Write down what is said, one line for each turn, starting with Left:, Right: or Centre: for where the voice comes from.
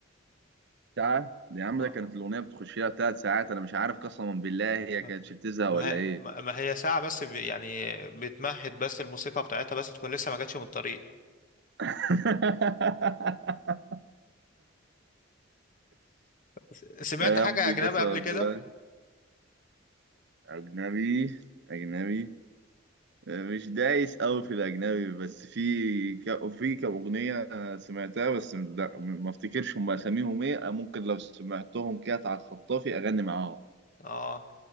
Right: ساعة يا عم
Left: اه
Right: ده كانت الأغنية بتخش لها ثلاث ساعات أنا مش عارف قسما بالله هي
Left: آه.
Right: كانتش بتزهق
Left: ما
Right: ولا
Left: هي
Right: إيه
Left: ما ما هي ساعة بس بي- يعني بتمهد بس الموسيقى بتاعتها بس تكون لسه ما جاتش من الطريق
Right: <laughs>
Left: س- سمعت
Right: يا
Left: حاجة
Right: ربي
Left: أجنبي
Right: قسما
Left: قبل
Right: بالله
Left: كده؟
Right: أجنبي أجنبي مش دايس أوي في الأجنبي بس في ك... في كم أغنية سمعتها بس لا ما افتكرش هم أساميهم إيه ممكن لو سمعتهم كده على الخطافي أغني معاهم
Left: اه